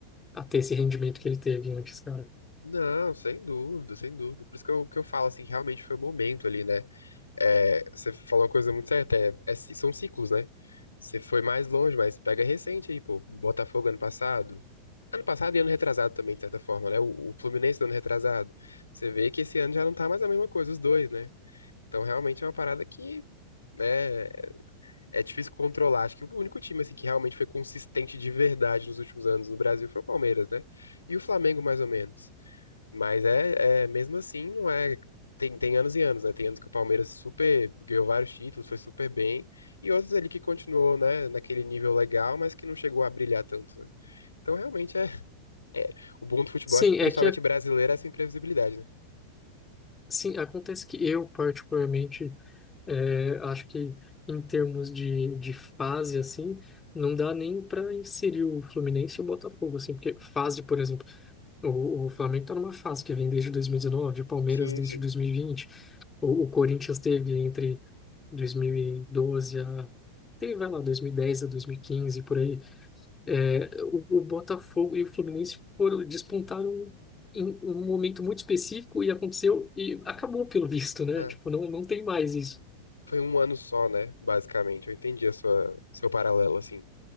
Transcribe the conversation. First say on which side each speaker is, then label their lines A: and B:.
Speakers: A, on the left (about 15°); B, on the left (about 75°).
A: a ter esse rendimento que ele teve antes, cara.
B: Não, sem dúvida, sem dúvida. Por isso que eu, que eu falo assim, que realmente foi o momento ali, né? É, você falou uma coisa muito certa, é, é ci- são ciclos, né? Você foi mais longe, mas pega recente aí, pô. Botafogo ano passado. Ano passado e ano retrasado também, de certa forma, né? O, o Fluminense do ano retrasado. Você vê que esse ano já não tá mais a mesma coisa, os dois, né? Então realmente é uma parada que, né, é difícil controlar. Acho que o único time, assim, que realmente foi consistente de verdade nos últimos anos no Brasil foi o Palmeiras, né? E o Flamengo, mais ou menos. Mas é, é mesmo assim, não é. Tem, tem anos e anos, né? Tem anos que o Palmeiras super ganhou vários títulos, foi super bem, e outros ali que continuou, né, naquele nível legal, mas que não chegou a brilhar tanto, né? Então realmente é, é o bom do futebol,
A: Sim,
B: acho que principalmente
A: é que, a-
B: brasileiro, é essa imprevisibilidade, né?
A: sim, acontece que eu, particularmente, É, acho que em termos de, de fase, assim, não dá nem para inserir o Fluminense e o Botafogo, assim, porque fase, por exemplo, o, o Flamengo tá numa fase que vem desde 2019, o Palmeiras
B: Sim,
A: desde
B: sim.
A: 2020, o, o Corinthians teve entre 2012 a, teve, vai lá, 2010 a 2015, por aí. É, o, o Botafogo e o Fluminense foram, despontaram em um momento muito específico e aconteceu e acabou pelo visto, né?
B: É.
A: Tipo, não, não tem mais isso.
B: Foi um ano só, né? Basicamente. Eu entendi a sua, seu paralelo, assim.